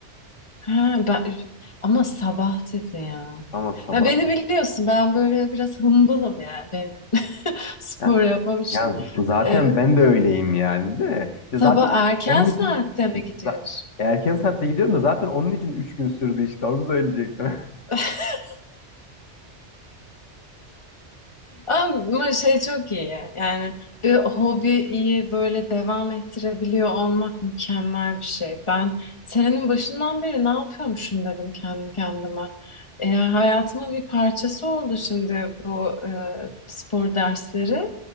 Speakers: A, on the left; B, on the left.
A: Ha, ben, ama sabah dedi ya.
B: Ama sabah
A: Ya beni biliyorsun ben böyle biraz hımbılım yani ben <laughs> spor
B: ya,
A: yapmam için.
B: ya zaten
A: Ee,
B: ben de öyleyim yani de. İşte zaten
A: sabah erken
B: onun
A: saatte
B: için
A: mi gidiyorsun?
B: za- erken saatte gidiyorum da zaten onun için 3 gün sürdü işte onu söyleyecektim.
A: <laughs> Ama şey çok iyi ya. yani bir hobiyi böyle devam ettirebiliyor olmak mükemmel bir şey. Ben senenin başından beri ne yapıyormuşum dedim kendi kendime. Ee, hayatımın bir parçası oldu şimdi bu e, spor dersleri.